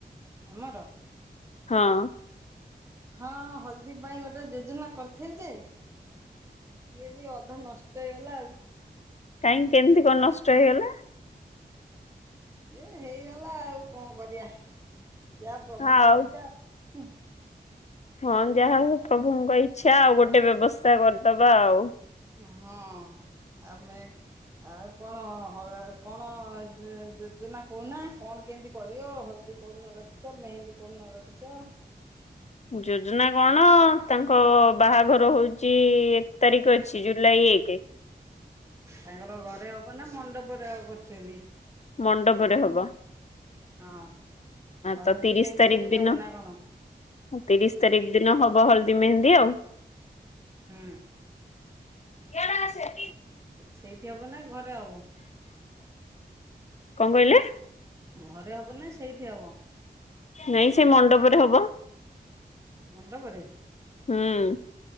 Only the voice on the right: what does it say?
ଆମର।
ହଁ ହଲଦୀ ପାଇଁ ଗୋଟେ ଯୋଜନା କରିଥିଲି ଯେ ସିଏ ବି ଅଧା ନଷ୍ଟ ହେଇଗଲା ଆଉ।
ଇଏ ହେଇଗଲାଆଉ କଣ କରିବା ଯାହା ପ୍ରଭୁଙ୍କ
ଇଚ୍ଛା ହୁଁ।
ହଁ ଆମେ ଆଉ କଣ ହ କଣ ଯୋ ଯୋଜନା କହୁନା କଣ କେମିତି କରିବ ହଳଦୀ। କୋଉଦିନ ରଖିଛ ମେହେନ୍ଦୀ କୋଉଦିନ ରଖିଚ?
ତାଙ୍କର ଘରେ ହବ ନା ମଣ୍ଡପରେ ଆଉ କରୁଚନ୍ତି?
ହଁ ଆଉ
ହଳଦୀ
ମେହେନ୍ଦି
ସେଇଠି
ହବ ନା କଣ?
ହୁଁ।
ସେଇଠି ହବ ନା ଘରେ ହବ?
ଘରେ ହବ ନା ସେଇଠି ହବ?
ମଣ୍ଡପରେ।